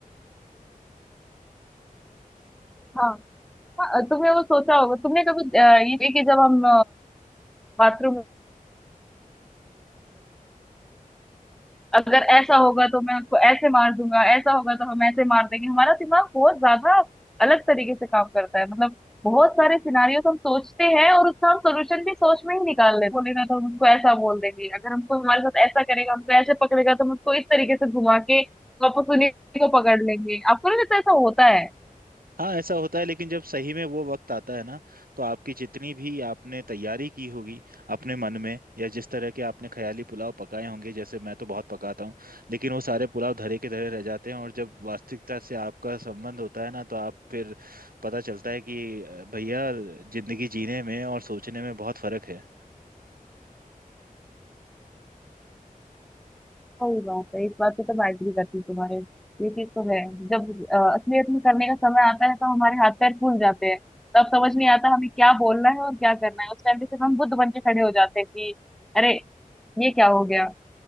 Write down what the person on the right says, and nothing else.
हाँ ऐसा होता है लेकिन जब सही में वो वक्त आता है ना तो आपकी जितनी भी आपने तैयारी की होगी अपने मन में या जिस तरह के आपने ख्याली पुलाव पकाए होंगे जैसे मैं तो बहुत पकाता हूँ लेकिन वो सारे पुलाव धरे के धरे रह जाते हैं और जब वास्तविकता से आपका संबंध होता है ना तो आप फिर पता चलता है कि अ, भैया जिंदगी जीने में और सोचने में बहुत फर्क है